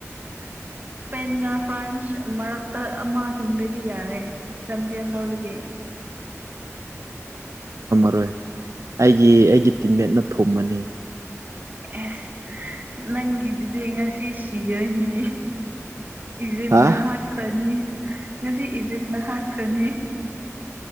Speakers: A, on the right; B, on the right.
A: <unintelligible>
B: ꯏꯁꯄꯦꯟꯒ ꯐ꯭ꯔꯥꯟꯁ ꯃꯔꯛꯇ ꯑꯃ ꯍꯤꯡꯕꯗꯤ ꯌꯥꯔꯦ ꯆꯝꯄꯤꯌꯟ ꯂꯧꯔꯤꯗꯤ
A: ꯣꯏ ꯑꯩꯒꯤ ꯑꯩꯒꯤ ꯇꯤꯝꯃꯦꯠꯅ ꯊꯣꯃꯅꯤ
B: ꯑꯦꯁ ꯅꯪꯒꯤꯗꯨꯗꯤ ꯉꯁꯤ ꯁꯤꯈꯣꯏꯅꯤ ꯏꯖꯤꯞ
A: ꯍꯥ
B: ꯅꯍꯗꯤ ꯐꯅꯤ ꯉꯁꯤ ꯏꯖꯤꯞꯅ ꯍꯥꯠꯈ꯭ꯔꯅꯤ